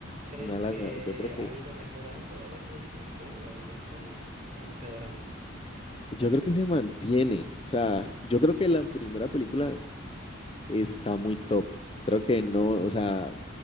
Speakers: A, on the right; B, on the left.
A: ¿Crees
B: una de las,
A: que
B: me- yo creo que,
A: ha ido mejorando a base del tiempo o ha ido empeoran- empe- empeorando?
B: yo creo que se mantiene, o sea, yo creo que la primera película Está muy top. Creo que no, o sea,